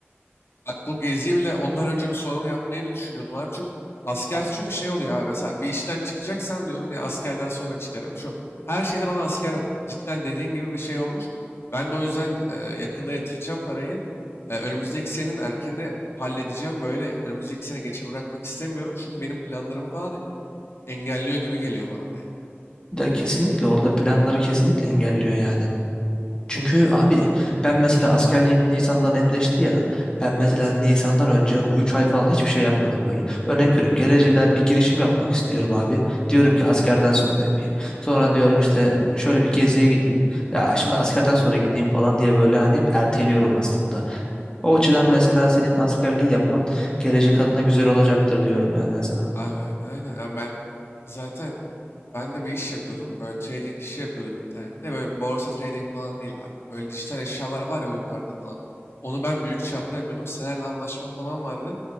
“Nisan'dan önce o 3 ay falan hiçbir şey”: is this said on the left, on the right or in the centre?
Left